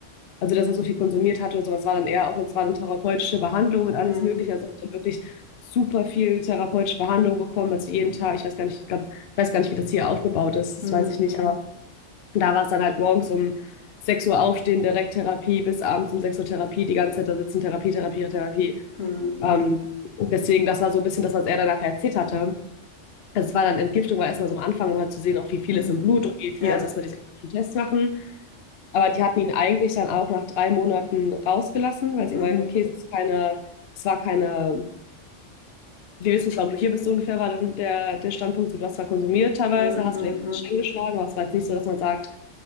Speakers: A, on the left; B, on the left.
A: also dass er so viel konsumiert hat oder sowas, war dann eher auch, es war dann therapeutische Behandlung und alles
B: Mm,
A: Mögliche. Also er hat wirklich super viel therapeutische Behandlung bekommen, also jeden Tag, ich weiß gar nicht, ich glaube, ich weiß gar nicht, wie das hier aufgebaut ist, das
B: mm,
A: weiß ich nicht,
B: mm,
A: aber da war es dann halt morgens um 6 Uhr aufstehen, direkt Therapie, bis abends um 6 Uhr Therapie, die ganze Zeit da sitzen, Therapie, Therapie, Therapie.
B: mm, mm,
A: Ähm, deswegen, das war so ein bisschen das, was er danach erzählt hatte das war dann Entgiftung, war erstmal so am Anfang, um halt zu sehen, auch wie viel
B: mm.
A: ist im Blut und wie viel,
B: Ja.
A: also erstmal diese Tests machen. Aber die hatten ihn eigentlich dann auch nach drei Monaten rausgelassen, weil sie
B: Mhm.
A: meinen, okay, es ist keine, es war keine, wir wissen nicht, warum du hier bist, so ungefähr war dann der, der Standpunkt, so, du hast zwar konsumiert teilweise,
B: Mm,
A: hast
B: mm,
A: du dir
B: mm,
A: Schäden geschlagen, aber es war jetzt nicht so, dass man sagt,